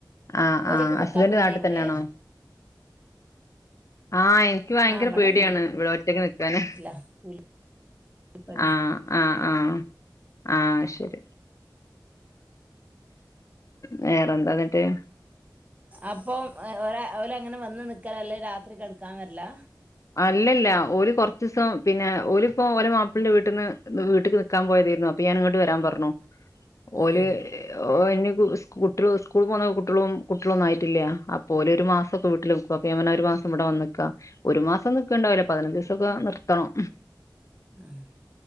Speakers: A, on the left (about 40°); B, on the right (about 20°).
A: ആഹ്
B: ഒറ്റക്ക്
A: ആഹ് ഹസ്ബൻഡ്
B: നിക്കാൻ പേടിയായിരിക്കൂല്ലേ
A: നാട്ടിതന്നെയാണോ ആഹ് എനിക്ക് ഭയങ്കര
B: ആഹ് ഇവിടെന്നെ
A: പേടിയാണ് ഇവിടെ ഒറ്റക്ക് നിക്കാന്
B: <unintelligible> കൂലിപ്പണി
A: ആഹ് ആഹ് ആഹ് ആഹ് ശരി വേറെ ന്താന്നിട്ട്
B: അപോം ഓലങ്ങനെ വന്ന് നിക്കല അല്ലേ രാത്രി കടക്കാൻ വര് ലാ
A: അല്ലല്ല ഓര് കൊറച്ച്സം പിന്നെ ഓല്പ്പോ ഓല മാപ്പിളിന്റെ വീട്ടിന്ന് ന്ന് വീട്ട്ക്ക് നിക്കാൻ പോയതെരുന്നു അപ്പൊ ഞാാന്ങ്ങോട്ട് വരാൻ പറഞ്ഞു ഓല്
B: ആഹ്
A: ഓഹ് എനി കു സ് കുട്ടള് സ്കൂൾക്ക് പോണ കുട്ടളും കുട്ടളൊന്നും ആയിട്ടില്ല അപോലൊരു മാസൊക്കെ വീട്ടില് നി പൊ പ്യാൻ പറഞ്ഞു ഒരു മാസം ഇവടെ വന്ന്ക്കാ ഒരു മാസം നിക്കണ്ടാവില്ല പതിനഞ്ച് ദീസൊക്കെ നിർത്തണം
B: ആഹ്